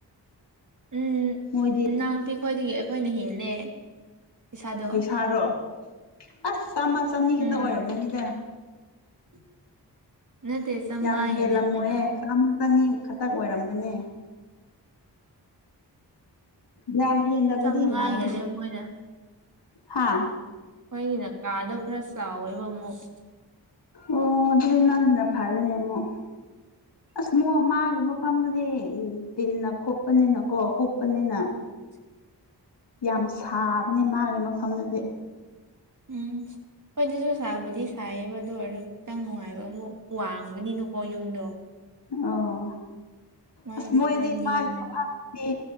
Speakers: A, on the right; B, on the left.
A: ꯎꯝ
B: ꯃꯣꯏꯗꯤ
A: ꯏꯅꯥꯎꯄꯤꯈꯣꯏꯗꯒꯤ ꯑꯈꯣꯏꯅ ꯍꯦꯜꯂꯦ ꯄꯩꯁꯥꯗꯣ
B: ꯄꯩꯁꯥꯔꯣ ꯑꯁ ꯆꯥꯝꯃ ꯆꯅꯤ ꯈꯛꯇ
A: ꯎꯝ
B: ꯑꯣꯏꯔꯝꯃꯅꯤꯗ
A: <inaudible> ꯆꯥꯝꯃꯉꯥ
B: ꯌꯥꯝ ꯍꯦꯜꯂꯝꯃꯣꯏꯌꯦ
A: ꯍꯦꯜꯂꯦ ꯑꯩꯈꯣꯏꯅ
B: ꯆꯥꯝꯃ ꯇꯪꯅꯤ ꯈꯇꯛ ꯑꯣꯏꯔꯝꯒꯅꯤ ꯌꯥꯝ ꯍꯦꯟꯗꯕꯗꯤ
A: ꯆꯥꯝꯃꯉꯥ
B: ꯌꯥꯏ
A: ꯍꯦꯜꯂꯦ ꯃꯣꯏꯅ
B: ꯍꯥ
A: ꯑꯣꯏꯒꯤꯅ ꯀꯥꯗꯣ ꯈꯔ ꯆꯥꯎꯋꯦꯕ ꯑꯃꯨꯛ
B: ꯑꯣ ꯑꯗꯨꯗꯤ ꯅꯪꯒꯤꯅ ꯐꯔꯦꯅꯦ ꯃꯨꯛ
A: <inaudible>
B: ꯁꯃꯣ ꯃꯥꯒꯤ ꯃꯐꯝꯗꯨꯗꯤ ꯇꯤꯟꯅ ꯈꯣꯞꯄꯅꯤꯅꯀꯣ ꯀꯨꯞꯄꯅꯤꯅ
A: <inaudible>
B: ꯌꯥꯝ ꯁꯥꯕꯅꯦ ꯃꯥꯒꯤ ꯃꯐꯝꯗꯗꯤ
A: ꯎꯝ ꯈꯣꯏꯗꯁꯨ ꯁꯥꯕꯨꯗꯤ ꯁꯥꯏꯌꯦꯕ ꯑꯗꯨ ꯑꯣꯏꯔꯁꯨ ꯈꯤꯇꯪ ꯅꯨꯡꯉꯥꯏꯕ ꯑꯃꯨꯛ ꯋꯥꯡꯕꯅꯤꯅꯀꯣ ꯌꯨꯝꯗꯣ
B: ꯑꯣ
A: ꯃꯥꯒꯤꯗꯣ
B: ꯑꯁ ꯃꯣꯏꯗꯤ
A: ꯈꯔ ꯅꯦꯝꯃꯦ
B: ꯃꯥꯒꯤ ꯃꯐꯝꯗꯤ